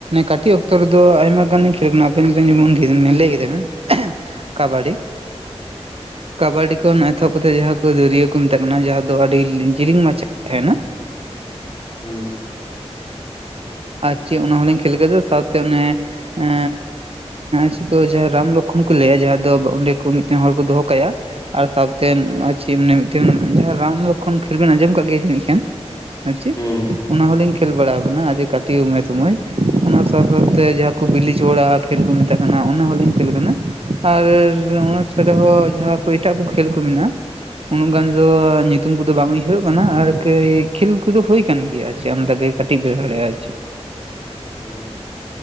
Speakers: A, on the right; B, on the left.
A: ᱠᱟᱹᱴᱤᱡ ᱚᱠᱛᱚ ᱨᱮᱫᱚ ᱟᱭᱢᱟ ᱜᱟᱱ ᱠᱷᱮᱞᱳᱜ ᱠᱟᱱᱟ ᱟᱵᱮᱱᱢ ᱞᱟᱹᱭ ᱠᱮᱫᱟ ᱵᱮᱱ᱾ ᱠᱟᱵᱟᱰᱤ᱾ ᱠᱟᱵᱟᱰᱤ ᱠᱷᱚᱱ ᱮᱛᱚᱦᱚᱵ ᱠᱟᱛᱮᱫ ᱡᱟᱦᱟᱸ ᱠᱚ ᱫᱟᱹᱨᱭᱟᱹ ᱠᱚ ᱢᱮᱛᱟᱜ ᱠᱟᱱᱟ ᱡᱟᱦᱟᱸ ᱫᱚ ᱟᱹᱰᱤ ᱡᱤᱞᱤᱧ ᱢᱟᱪᱷᱟ᱾ ᱛᱟᱦᱮᱱᱟ᱾
B: ᱦᱩᱸ᱾
A: ᱟᱨ ᱪᱮᱫ ᱚᱱᱟ ᱦᱚᱞᱤᱧ ᱠᱷᱮᱞ ᱠᱮᱫᱟ ᱥᱟᱶᱛᱮ ᱚᱱᱮᱼᱼ ᱮ ᱪᱮᱫ ᱠᱚ ᱡᱟᱦᱟᱸ ᱨᱟᱢ ᱞᱚᱠᱠᱷᱚᱱ ᱠᱚ ᱞᱟᱹᱭᱟ ᱡᱟᱦᱟᱸ ᱫᱚ ᱚᱸᱰᱮ ᱠᱚ ᱢᱤᱫᱴᱮᱱ ᱦᱚᱲ ᱠᱚ ᱫᱚᱦᱚ ᱠᱟᱭᱟᱼᱼ ᱟᱨ ᱥᱟᱶᱛᱮ ᱪᱮᱫ ᱢᱟᱱᱮ ᱢᱤᱫᱴᱮᱱ ᱡᱟᱦᱟᱸ ᱨᱟᱢ ᱞᱚᱠᱠᱷᱚᱱ ᱠᱷᱮᱞ ᱵᱮᱱ ᱟᱸᱡᱚᱢ ᱠᱟᱜ ᱜᱮᱼᱼ ᱡᱟᱱᱤᱡ ᱠᱷᱟᱱ ᱟᱨ ᱪᱮᱫ
B: ᱦᱩᱸ
A: ᱚᱱᱟ ᱦᱚᱞᱤᱧᱼᱼ ᱠᱷᱮᱞ ᱵᱟᱲᱟᱟᱣ ᱟᱠᱟᱱᱟ ᱟᱡᱮ ᱠᱟᱹᱴᱤᱡ ᱩᱢᱮᱨ ᱥᱢᱚᱭ ᱚᱱᱟ ᱥᱟᱶ ᱥᱟᱶᱛᱮ ᱡᱟᱦᱟᱸ ᱠᱚ ᱵᱤᱞᱤᱡ ᱵᱟᱲᱟᱼᱼ ᱠᱷᱮᱞ ᱠᱚ ᱢᱮᱛᱟᱜ ᱠᱟᱱᱟ ᱚᱱᱟ ᱦᱚᱸᱞᱤᱧ ᱠᱷᱮᱞ ᱠᱟᱱᱟ ᱟᱨ ᱚᱱᱟ ᱪᱷᱟᱲᱟ ᱦᱚᱸ ᱡᱟᱦᱟᱸᱼᱼ ᱮᱴᱟᱜ ᱠᱚ ᱠᱷᱮᱞ ᱠᱚ ᱢᱮᱱᱟᱜᱼᱟ ᱩᱱᱟᱹᱜ ᱜᱟᱱ ᱫᱚ ᱧᱩᱛᱩᱢ ᱠᱚᱫᱚ ᱵᱟᱝ ᱩᱭᱦᱟᱹᱨᱚᱜ ᱠᱟᱱᱟ ᱟᱨ, ᱠᱷᱮᱞ ᱠᱚᱫᱚ ᱦᱩᱭ ᱠᱟᱱ ᱜᱮᱭᱟ ᱟᱨ ᱪᱮᱫ ᱟᱢᱫᱟᱜ ᱜᱮ ᱠᱟᱹᱴᱤᱡ ᱵᱮᱲᱼᱟ ᱟᱨ ᱪᱮᱫ᱾
B: ᱦᱩᱸ